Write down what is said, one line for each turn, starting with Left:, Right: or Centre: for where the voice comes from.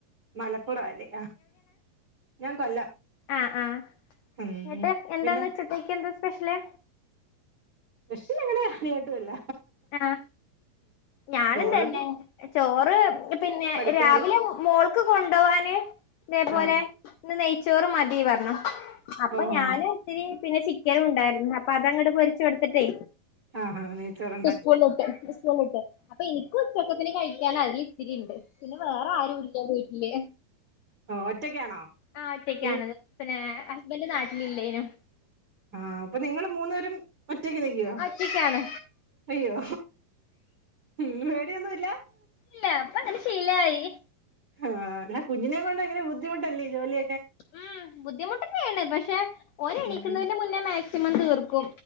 Right: മലപ്പ- പ്പുറം ആ അല്ലേ ഞാൻ കൊല്ലം
Left: ആഹ ആഹ
Right: ഉം
Left: ന്നട്ട് എന്താന്ന്
Right: പിന്നെ
Left: ഉച്ചത്തേക്ക് എന്താ സ്പെഷ്യല്
Right: സ്പെഷ്യൽ അങ്ങനെ കാര്യയായിട്ടുല്ല
Left: ആഹ ഞാന
Right: ചോറുണ്ട്
Left: തന്നെ ചോറ് പിന്നെ
Right: പരിപ്പ്
Left: രാവിലെ
Right: കറി
Left: മോൾക്ക് കൊണ്ടുപോവാന് ഇതേപോലെ
Right: ആഹ്
Left: ഇന്ന് നെയ്ച്ചോറ് മതി പറഞ്ഞു അപ്പൊ
Right: ഓഹോ
Left: ഞാനും ഇത്തിരി പിന്നെ ചിക്കനും ഉണ്ടായിരുന്നു അപ്പൊ അതങ്ങോട്ട് പൊരിച്ചു കൊടുത്തിട്ടേ
Right: ആഹ് ആഹ നെയ്‌ച്ചോർ
Left: സ്കൂൾ ന്ന് കിട്ടും സ്കൂൾ ന്ന് കിട്ടും അപ്പൊ എനിക്ക് ഉച്ചക്കത്തിന് കയി ഞാനാ ത്തിണ്ട് പിന്നെ വേറെ ആരു ഇല്ല വീട്ടില്
Right: ഓഹ് ഒറ്റക്കാണോ
Left: ആ ഒറ്റയ്ക്കണത്
Right: നി
Left: പിന്നെ ഹസ്ബൻഡ് നാട്ടിൽ ല്ലേനും
Right: ആഹ അപ്പൊ നിങ്ങള് മൂന്നരും മറ്റക്ക് നക്കിയോ
Left: ഒറ്റക്കാണ്
Right: അയ്യോ ഉ പേടിയൊന്നുല്ല
Left: ഇല്ല ഇപ്പ അങ്ങനെ ശീലായി
Right: ആഹ ന കുഞ്ഞിനെ കൊണ്ടങ്ങന ദിട്ടല്ല അല്ല
Left: ഉം ബുദ്ധിമുട്ടന്നെയാണ് പക്ഷെ ഒ എണിക്കുന്നതിന്റെ
Right: ഉം
Left: മുന്നേ മാക്സിമം തീർ കു